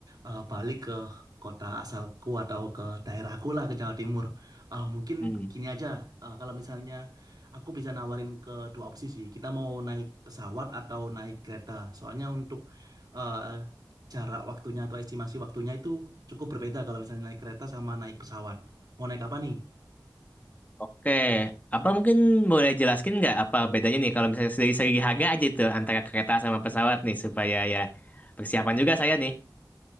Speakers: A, on the right; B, on the left.
A: eh, balik ke kota asalku atau ke daerahku lah ke Jawa Timur. Eh, mungkin
B: Hmm.
A: gini aja, eh, kalau misalnya aku bisa nawarin ke dua opsi sih. Kita mau naik pesawat atau naik kereta. Soalnya untuk eh, jarak waktunya atau estimasi waktunya itu cukup berbeda kalau misalnya naik kereta sama naik pesawat. Mau naik apa nih?
B: Oke, apa mungkin boleh jelaskin nggak apa bedanya nih kalau misalnya dari segi harga aja tuh antara kereta sama pesawat nih supaya ya persiapan juga saya nih.